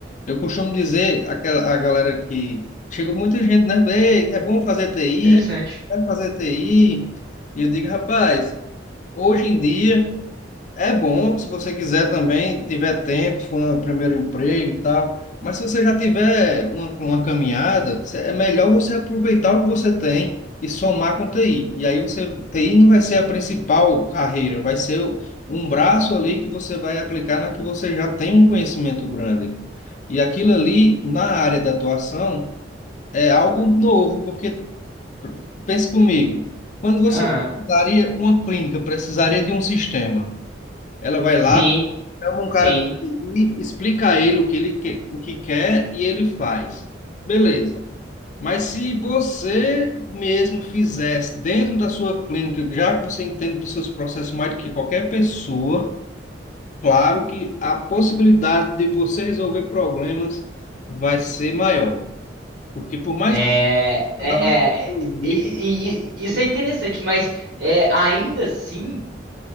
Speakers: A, on the left; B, on the right.
A: Eu costumo dizer àquela, à galera que chega muita gente, né? "Ei, É bom fazer TI,
B: Interessante.
A: vai fazer TI. E eu digo, rapaz, hoje em dia. É bom se você quiser também, tiver tempo, se for no primeiro emprego e tal. Mas se você já tiver uma, uma caminhada, cê- é melhor você aproveitar o que você tem e somar com TI. E aí você, TI não vai ser a principal carreira, vai ser o- um braço ali que você vai aplicar na que você já tem um conhecimento grande. E aquilo ali, na área de atuação, é algo novo, porque pense comigo, quando você
B: Aham.
A: precisaria, uma clínica precisaria de um sistema. Ela vai lá,
B: Sim,
A: Chama um
B: sim.
A: cara de explica a ele o que ele quer, o que quer e ele faz. Beleza. Mas se você mesmo fizesse dentro da sua clínica, já que você entende dos seus processos mais do que qualquer pessoa, claro que a possibilidade de você resolver problemas vai ser maior. Porque por mais
B: É,
A: que você
B: é, é,
A: ande na psicologia,
B: é, e- e- e- isso é interessante, mas é, ainda assim.